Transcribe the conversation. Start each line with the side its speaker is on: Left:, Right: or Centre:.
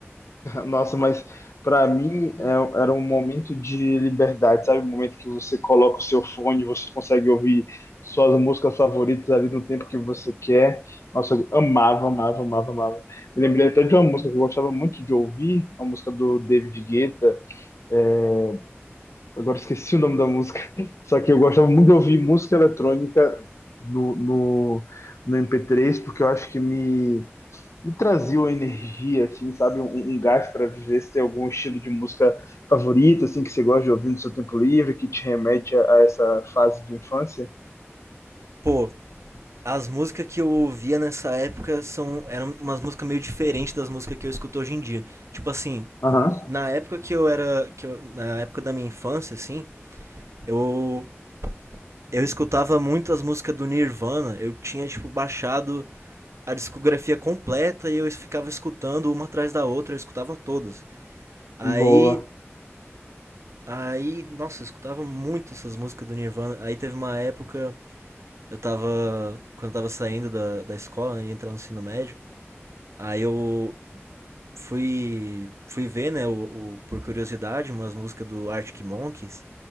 Left: Nossa, mas pra mim é- um, era um momento de liberdade, sabe? Um momento que você coloca o seu fone, você consegue ouvir suas músicas favoritas ali no tempo que você quer. Nossa, eu amava, amava, amava, amava. Eu lembrei até de uma música que eu gostava muito de ouvir, uma música do David Guetta. é, Agora esqueci o nome da música. <laughs> Só que eu gostava muito de ouvir música eletrônica no, no, no MP3, porque eu acho que me me trazia uma energia, assim, sabe? Um, um gás para viver. Se tem algum estilo de música favorito, assim, que você gosta de ouvir no seu tempo livre, que te remete a, a essa fase de infância?
Right: Pô, as músicas que eu ouvia nessa época são eram umas músicas meio diferentes das músicas que eu escuto hoje em dia. Tipo assim,
Left: Aham,
Right: na época que eu era, que eu- na época da minha infância assim, Eu eu escutava muito as músicas do Nirvana, eu tinha tipo baixado a discografia completa e eu ficava escutando uma atrás da outra, eu escutava todas. Aí,
Left: boa.
Right: aí, nossa, eu escutava muito essas músicas do Nirvana. Aí teve uma época, eu tava quando eu tava saindo da, da escola, né, ia entrar no ensino médio, aí eu fui, fui ver, né, o, o- por curiosidade, umas músicas do Arctic Monkeys.